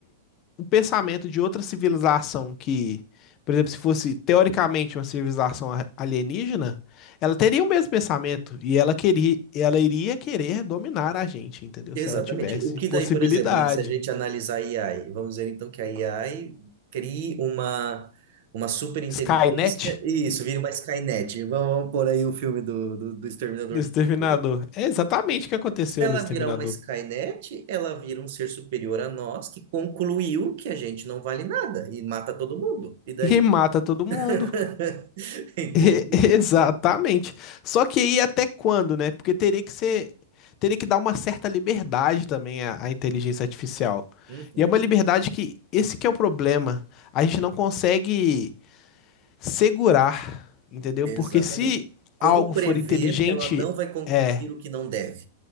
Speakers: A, on the left; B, on the right.
A: o pensamento de outra civilização que, por exemplo, se fosse teoricamente uma civilização a- alienígena, ela teria o mesmo pensamento e ela queria, ela iria querer dominar a gente, entendeu?
B: Exatamente.
A: Se ela tivesse
B: O que
A: possibilidade.
B: daí, por exemplo, né, se a gente analisar a AI, vamos dizer então que a AI crie uma, uma super inteligência,
A: Skynet
B: isso, vira uma Skynet. Vamos, vamos pôr aí o filme do, do, do Exterminador
A: do Exterminador.
B: do Futuro.
A: É exatamente o que aconteceu
B: Se ela
A: no Exterminador.
B: virar uma Skynet, ela vira um ser superior a nós que concluiu que a gente não vale nada e mata todo mundo. E daí?
A: E mata todo mundo.
B: <laughs> Entende?
A: E- <laughs> Exatamente. Só que aí até quando, né? Porque teria que ser, teria que dar uma certa liberdade também à, à inteligência artificial.
B: Uhum,
A: E é uma liberdade que esse que é o problema. A gente não consegue segurar, entendeu?
B: exatamente.
A: Porque se
B: Como
A: algo
B: prever
A: for inteligente,
B: que ela não vai concluir
A: é,
B: o que não deve?